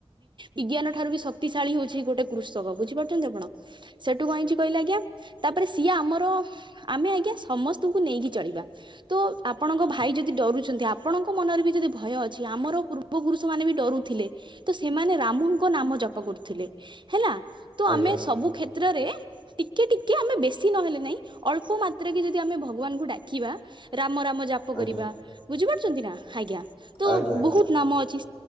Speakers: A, on the right; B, on the left.
A: ବିଜ୍ଞାନ ଠାରୁ ବି ଶକ୍ତିଶାଳୀ ହଉଛି ଗୋଟେ କୃଷକ ବୁଝିପାରୁଛନ୍ତି ଆପଣ। ସେଠୁ କଣ ହେଇଛି କହିଲେ ଆଜ୍ଞା ତାପରେ ସିଏ ଆମର ଆମେ ଆଜ୍ଞା ସମସ୍ତଙ୍କୁ ନେଇକି ଚଳିବା। ତ ଆପଣଙ୍କ ଭାଇ ଯଦି ଡରୁଛନ୍ତି ଆପଣଙ୍କ ମନରେ ବି ଯଦି ଭୟ ଅଛି ଆମର ପ ପୂର୍ବ ପୁରୁଷ ମାନେ ବି ଡରୁଥିଲେ ତ ସେମାନେ ରାମୁଙ୍କ ନାମ ଜପ କରୁଥିଲେ ହେଲା ତ
B: ଆଜ୍ଞା।
A: ଆମେ ସବୁ କ୍ଷେତ୍ରରେ ଟିକେ ଟିକେ ଆମେ ବେଶୀ ନହେଲେ ନାଇଁ ଅଳ୍ପ ମାତ୍ର କି ଯଦି ଆମେ ଭଗବାନଙ୍କୁ ଡାକିବା ରାମ ରାମ ଜାପ
B: ଆଜ୍ଞା
A: କରିବା ବୁଝିପାରୁଛନ୍ତି ନା ଆଜ୍ଞା ତ
B: ଆଜ୍ଞା।
A: ବହୁତ ନାମ ଅଛି